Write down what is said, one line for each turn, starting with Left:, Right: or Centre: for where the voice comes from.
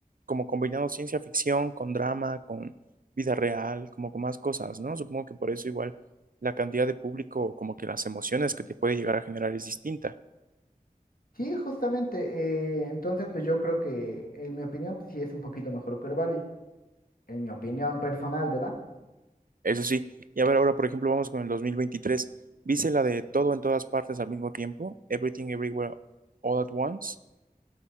Right: como combinado ciencia ficción con drama, con vida real, como con más cosas, ¿no? Supongo que por eso igual la cantidad de público, como que las emociones que te puede llegar a generar es distinta.
Left: Sí, justamente. eh, entonces pues yo creo que en mi opinión pues, sí es un poquito mejor que Barbie. En mi opinión personal, ¿verdad?
Right: Eso sí, y a ver, ahora por ejemplo vamos con el 2023. ¿Viste la de todo en todas partes al mismo tiempo? Everything Everywhere All at Once.